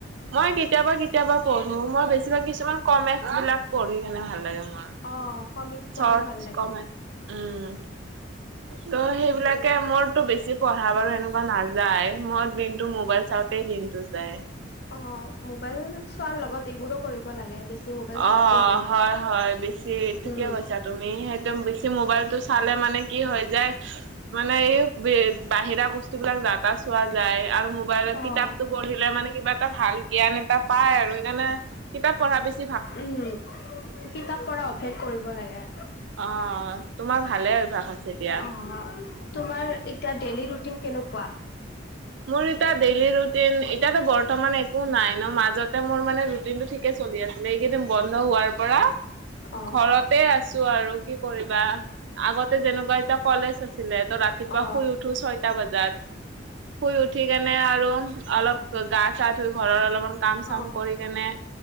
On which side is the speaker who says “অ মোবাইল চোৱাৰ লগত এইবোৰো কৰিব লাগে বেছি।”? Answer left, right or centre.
Left